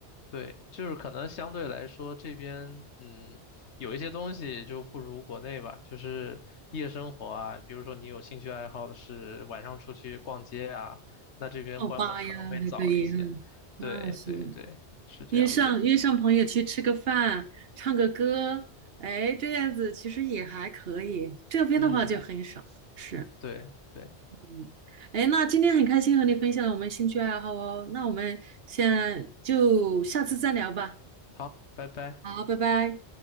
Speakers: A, on the left; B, on the right.
A: 对，就是可能相对来说这边，嗯，有一些东西就不如国内吧，就是夜生活啊，比如说你有兴趣爱好的是晚上出去逛街啊，那这边关门可能会早一些。
B: 泡吧呀，还可以，哈，那是的
A: 对对对，是这样的。
B: 约上约上朋友去吃个饭，唱个歌，哎，这样子其实也还可以。这边的话就很少，
A: 嗯，
B: 是，
A: 对对，
B: 嗯，哎，那今天很开心和你分享我们兴趣爱好哦，那我们先就下次再聊吧。
A: 好，拜拜。
B: 好，拜拜。